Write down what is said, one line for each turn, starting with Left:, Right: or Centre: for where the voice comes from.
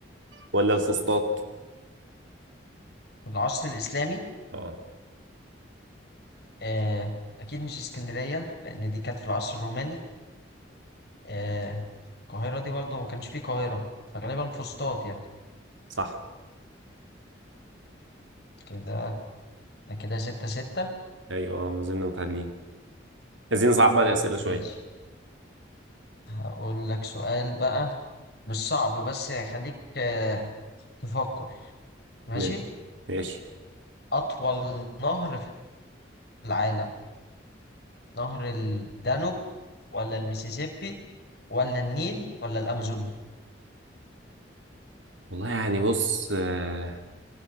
Right: ولا الفسطاط
Left: في العصر الإسلامي
Right: اه
Left: آه، أكيد مش اسكندرية لأن دي كانت في العصر الروماني آه، القاهرة دي برضه ما كانش فيه قاهرة فغالبا فسطاط يعني
Right: صح
Left: كده أنا كده ستة ستة
Right: ايوه آه، ما زلنا متعادلين عايزين نصعب بقى الأسئلة شوية
Left: ماشي هقول لك سؤال بقى مش صعب بس هيخليك آه، تفكر ماشي
Right: ماشي ماشي
Left: أطول نهر في العالم نهر الدانوب ولا الميسيسيبي ولا النيل ولا الأمازون
Right: والله يعني بص آه،